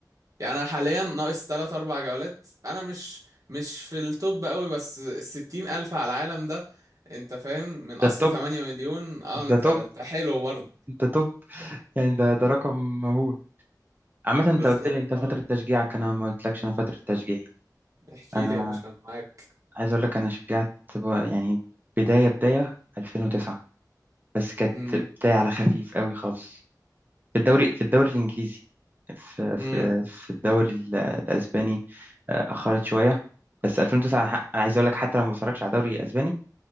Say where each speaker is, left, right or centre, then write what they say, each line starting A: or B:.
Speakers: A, on the right (about 50°); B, on the right (about 25°).
A: يعني انا حاليا ناقص 3 4 جولات انا مش مش في التوب قوي بس ال 60 الف على العالم ده انت فاهم من اصل
B: ده التوب
A: 8 مليون اه
B: ده
A: انت
B: توب
A: انت حلو برضه
B: ده توب يعني ده ده رقم مهول عامة
A: بالظبط
B: انت قلت لي انت
A: اه
B: فترة تشجيعك انا ما قلتلكش انا فترة تشجيعي
A: احكي
B: انا
A: لي يا باشا انا معاك
B: عايز اقول لك انا شجعت ب- يعني بداية بداية 2009 بس كانت
A: امم
B: بداية على خفيف قوي خالص في الدوري في الدوري الانجليزي في في
A: امم
B: في الدوري ال- الاسباني آه، اخرت شوية بس 2009 ح- انا عايز اقول لك حتى لو ما بتفرجش على الدوري الاسباني